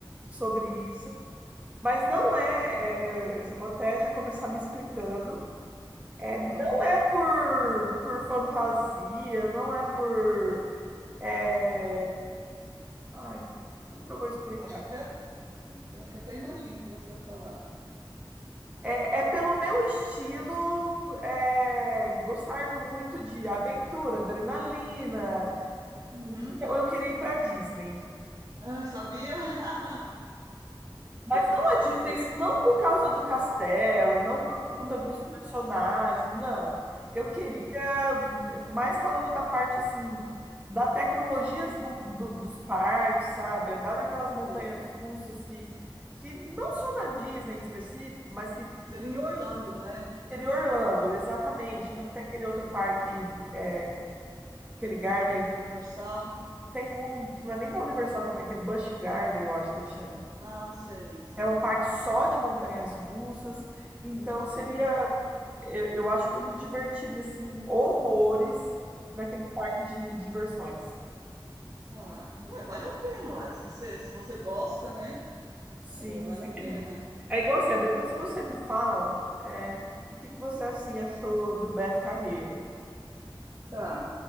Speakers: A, on the right; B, on the right.
A: sobre isso, mas não é, é, é, eu já vou até já começar me explicando. É,
B: Hum,
A: não é por, por fantasia, não é por É... Ai, como que eu vou explicar?
B: eu acho que até, eu acho que até imagino o que você vai falar.
A: É, é pelo meu estilo é, gostar muito de aventura, adrenalina.
B: Uhum.
A: Então, eu queria ir para Disney.
B: Ah, sabia? <laughs>
A: Mas não
B: Eu sabia.
A: a Disney, não por causa do castelo, não por conta
B: Uhum.
A: dos personagens, não. Eu queria,
B: Sim,
A: mais falando da parte assim, da tecnologia do- do- dos parques, sabe? Andar naquelas montanhas
B: sim.
A: russas que, que não só na Disney em específico, mas que
B: Seria
A: que
B: em Orlando, né?
A: Seria Orlando, exatamente.
B: Uhum.
A: Então tem aquele outro parque, é, aquele Garden.
B: Da Universal.
A: Tem um que não é nem da Universal também, aquele Busch Garden, eu acho que ele chama.
B: Ah, sei, sei.
A: É um parque só de montanhas russas. Então
B: Uhum.
A: seria, eu, eu acho que eu me divertiria assim horrores naquele parque de diversões.
B: Ah, é, vale a pena, uai. Se você, se você gosta, né?
A: Sim,
B: É, vale
A: sim.
B: a pena.
A: É igual assim, depois você me fala, é, o que que você assim achou do Beto Carreiro?
B: Tá,